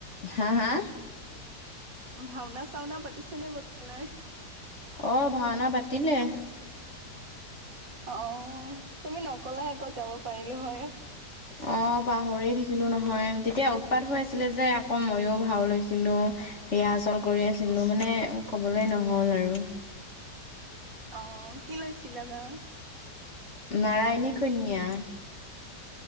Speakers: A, on the left; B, on the right.
A: হা হা?
B: ভাওঁনা চাওনা পাতিছে নে পাতা নাই?
A: অ ভাওঁনা পাতিলে।
B: অ তুমি নকলাই আক' যাব পাৰিলো হয়।
A: অ পাহৰিয়ে থাকিলো নহয়। তেতিয়া উৎপাত হৈ আছিলে যে, আকৌ মইয়ো ভাও লৈছিলো। ৰিহাৰ্চেল কৰি আছিলো মানে ক'বলৈ নহ'ল আৰু।
B: অ কি লৈছিলা বা?
A: নাৰায়ণী কন্যা।